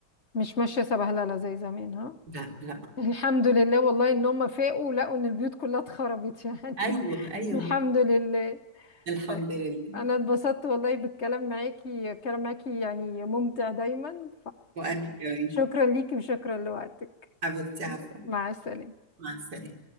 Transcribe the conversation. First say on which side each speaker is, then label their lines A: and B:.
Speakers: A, on the left; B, on the right.
A: مش ماشيه سبهلله زي زمان ها
B: لا لا
A: الحمد لله والله ان هم فاقوا لقوا ان البيوت كلها اتخربت يعني
B: أيوه
A: <laughs>
B: أيوه
A: الحمد لله
B: الحمد
A: طيب.
B: لله
A: انا اتبسطت والله بالكلام معاكي الكلام معاكي يعني ممتع دايما
B: وأنا كمان
A: فشكرا ليكي وشكرا لوقتك
B: حبيبتي عفوا
A: مع السلامة
B: مع السلامة